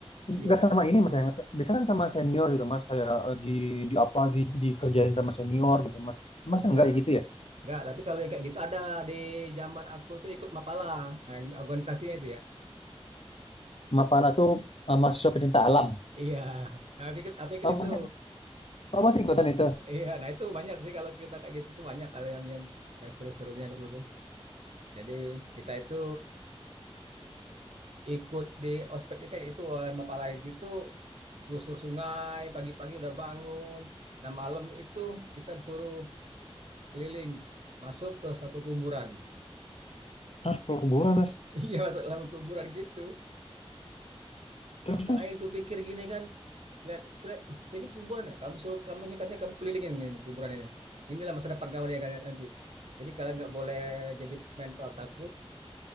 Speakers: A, on the right; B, on the left.
A: ya,
B: nggak sama ini mas ya. nggak- Biasa kan sama senior gitu mas, kayak eh, di di apa di dikerjain sama senior gitu mas. Mas
A: enggak.
B: enggak ya gitu ya.
A: Enggak, tapi kalau yang kayak gitu ada di zaman aku tuh ikut Mapala, nah, organisasinya itu ya.
B: Mapala tuh eh, mahasiswa pecinta alam.
A: Iya, Nah, aku ikut, aku ikut
B: Oh
A: itu.
B: masih, oh masih ikutan itu.
A: Iya, nah itu banyak sih kalau cerita kayak gitu tuh banyak kalau yang yang yang seru-serunya kayak gitu. Jadi kita itu ikut di ospeknya kayak itu oleh Mapala gitu selusur sungai pagi-pagi udah bangun. Nah malam itu kita disuruh keliling masuk ke satu kuburan. <laughs>
B: Hah, ke kuburan mas.
A: Iya masuk dalam kuburan gitu.
B: Terus
A: Ngapain
B: mas,
A: ku pikir gini kan? lihat lihat "Loh, ini kuburan ya kamu suruh kamu ini katanya kamu kelilingin ini kuburan ini inilah masa depan kamu ya kalian nanti jadi kalian nggak boleh jadi mental takut